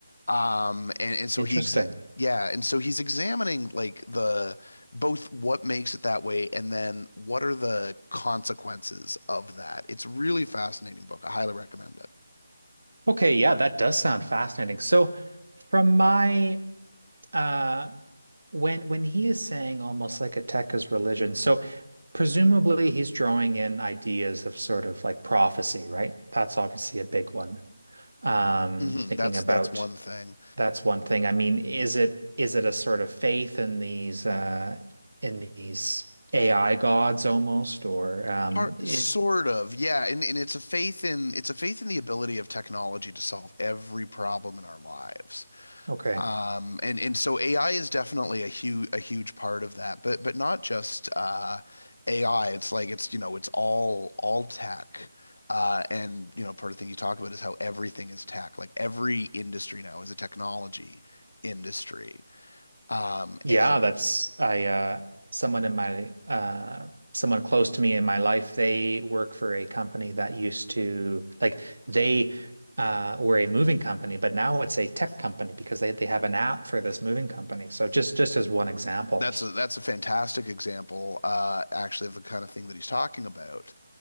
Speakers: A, on the left; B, on the right.
A: Um, and, and so
B: Interesting.
A: he exa yeah, and so he's examining like the both what makes it that way and then what are the consequences of that. It's really fascinating book. I highly recommend it.
B: Okay, yeah, that does sound fascinating. So from my uh when when he is saying almost like a tech is religion, so presumably he's drawing in ideas of sort of like prophecy, right? That's obviously a big one. Um
A: hmm
B: thinking
A: that's
B: about
A: that's one thing.
B: that's one thing. I mean, is it is it a sort of faith in these uh in these AI gods almost or um
A: Part,
B: it
A: sort of, yeah, and and it's a faith in it's a faith in the ability of technology to solve every problem in our lives.
B: okay.
A: Um, and and so AI is definitely a huge a huge part of that, but but not just uh, AI. It's like it's you know it's all all tech. Uh, and you know part of the thing you talk about is how everything is tech. Like every industry now is a technology industry. Um,
B: Yeah,
A: and
B: that's I uh someone in my uh someone close to me in my life, they work for a company that used to like they uh were a moving company, but now it's a tech company because they they have an app for this moving company. So just just as one example.
A: that's a that's a fantastic example, uh, actually, of the kind of thing that he's talking about.